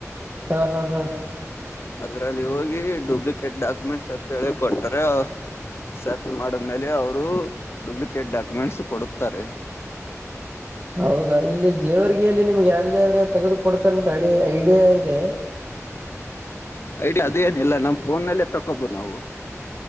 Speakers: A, on the right; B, on the left.
A: ಹಾ ಹಾ ಹಾ.
B: ಅದ್ರಲ್ಲಿ ಹೋಗಿ ಡೂಪ್ಲಿಕೇಟ್ ಡಾಕ್ಯುಮೆಂಟ್ಸ್ ಅತ್ ಹೇಳಿ ಕೊಡ್ತಾರೆ ಅವ್ರ್ ಸರ್ಚ್ ಮಾಡದ್ಮೇಲೆ. ಅವ್ರು ಡೂಪ್ಲಿಕೇಟ್ ಡಾಕ್ಯುಮೆಂಟ್ಸ್ ಕೊಡುತ್ತಾರೆ.
A: <inaudible> ಹೌದಾ ಇಲ್ಲಿ ಜೇವರ್ಗಿಯಲ್ಲಿ ನಿಮ್ಗೆ ಎಲ್ಲಿಯಾದ್ರೂ ತೆಗೆದು ಕೊಡ್ತಾರಂತ ಐಡಿಯಾ ಇದೆ. <inaudible>
B: ಐಡಿಯಾ ಅದೇನಿಲ್ಲ ನಮ್ ಫೋನಲ್ಲೇ ತಕ್ಕೊಬಹುದು ನಾವು.